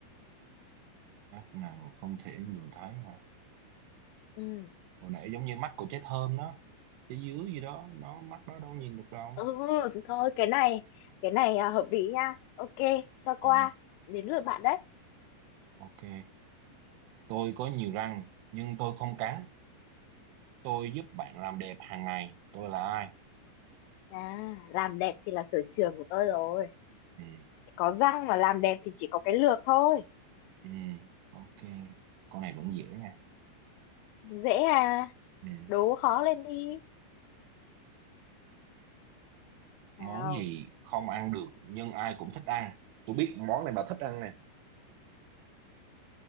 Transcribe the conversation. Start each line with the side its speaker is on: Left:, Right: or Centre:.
Right: mắt nào không thể nhìn thấy hả
Left: ừ.
Right: hồi nãy giống như mắt của trái thơm đó trái dứa gì đó nó mắt đó đâu nhìn được đâu
Left: ừ thôi cái này cái này à, hợp lý nha ok cho qua
Right: ờ
Left: đến lượt bạn đấy
Right: ok tôi có nhiều răng nhưng tôi không cắn tôi giúp bạn làm đẹp hàng ngày tôi là ai
Left: à làm đẹp thì là sở trường của tôi rồi
Right: ừ
Left: có răng mà làm đẹp thì chỉ có cái lược thôi
Right: ừ ok con này vẫn dễ nha
Left: dễ à
Right: ừ
Left: đố khó lên đi nào
Right: món gì không ăn được nhưng ai cũng thích ăn tôi biết món này bà thích ăn nè